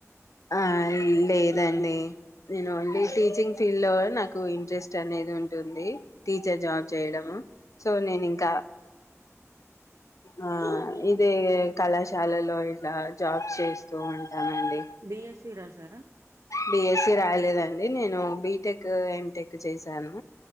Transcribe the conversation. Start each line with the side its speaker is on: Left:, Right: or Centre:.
Left: ఆ లేదండి నేను ఓన్లీ టీచింగ్ ఫీల్డ్ లో నాకు ఇంట్రెస్ట్ అనేది ఉంటుంది టీచర్ జాబ్ చేయడము సో నేను ఇంకా ఆ ఇదే కళాశాలలో ఇట్లా జాబ్స్ చేస్తూ ఉంటామండి
Right: బియస్వి రా సారా
Left: బిఎస్సి రాలేదండి నేను బిటెక్ ఎటెక్ చేశాను